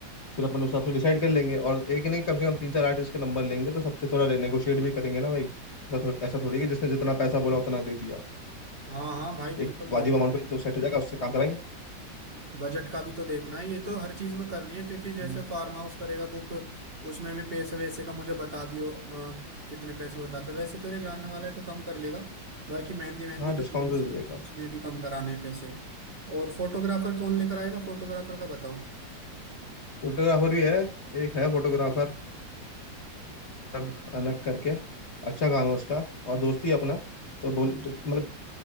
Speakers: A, on the left; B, on the right.
A: फिर अपन उस हिसाब से डिसाइड कर लेंगे और एक नहीं कम से कम तीन चार आर्टिस्ट के नंबर लेंगे तो सबसे थोड़ा नेगोशिएट भी करेंगे ना भाई ऐसा थोड़ी ऐसा थोड़ी कि जिसने जितना पैसा बोला उतना दे दिया
B: हाँ हाँ भाई बिल्कुल
A: एक
B: बजट
A: वाजिब अमाउंट पे तो सेट हो जाएगा उससे काम कराएंगे
B: बजट का भी तो देखना है ये तो हर चीज में करनी है क्योंकि जैसे
A: हम्म।
B: फार्म हाउस करेगा बुक उसमें भी पैसे वैसे का मुझे बता दियो अ, कितने पैसे बताते वैसे तेरे जानने वाला है तो कम कर लेगा बाकी मेहंदी मेहंदी
A: हाँ
B: का
A: डिस्काउंट
B: जो भी
A: तो
B: सीन
A: दे देगा
B: उसमें भी कम कराने हैं पैसे और फोटोग्राफर कौन लेकर आएगा फोटोग्राफर का बताओ
A: फोटोग्राफर भी है एक है फोटोग्राफर अलग अलग करके अच्छा काम है उसका और दोस्ती अपना तो बोल तो, मतलब